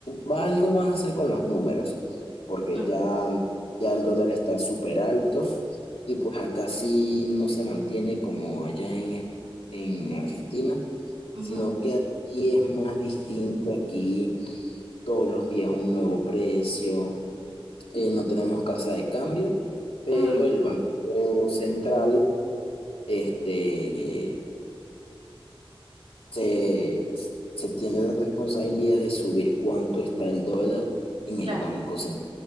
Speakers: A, on the left (about 80°); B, on the right (about 70°).
A: algo van a hacer con los números, porque
B: mm,
A: ya, ya el dólar está súper alto y pues acá sí no se mantiene como allá en, en Argentina,
B: ujú,
A: sino que aquí es más distinto aquí todos los días un nuevo precio. Eh, no tenemos casa de cambio, pero
B: mm,
A: el Banco Central este, se, se tiene la responsabilidad de subir cuánto está el dólar en
B: claro.
A: el Banco Central,